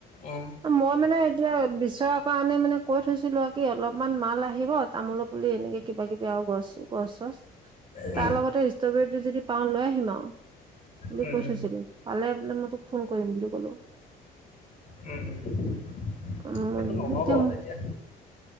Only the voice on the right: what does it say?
মই মানে এতিয়া বিচৰা কাৰণে মানে কৈ থৈছিলো আৰু কি অলপ অকমান মাল আহিব তামোলৰ পুলি এনেকে কিবা কিবি আৰু গছ চছ পচ চচ
তাৰ লগতে ষ্ট্ৰবেৰীটো যদি পাওঁ লৈ আহিম আৰু অ। বুলি
কৈ
থৈছিলো, পালে বোলে মই তোক ফোন কৰিম বুলি কলো।
উম,
এতিয়া ম